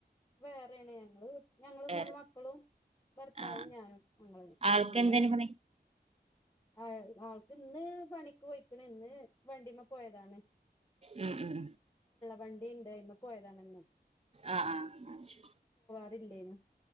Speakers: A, on the left; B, on the right.
A: വേറേണ് ഞങ്ങള് ഞങ്ങള്
B: വേറെ
A: മൂന്ന് മക്കളും ഭർത്താവും
B: ആഹ്
A: ഞാനും ഞങ്ങളെന്നെ
B: ആൾക്ക്
A: പിന്നെ
B: എന്തേനു പണി
A: ആ ആൾക്ക് ഇന്ന് പണിക്ക് പോയിക്ക്ണ് ഇന്ന് വണ്ടിമ്മ പോയതാണ്
B: ഉം ഉം
A: വണ്ടിണ്ടായിന്ന് പോയതാണ് ഇന്ന്
B: ആഹ ആഹ്
A: പിള്ളേരും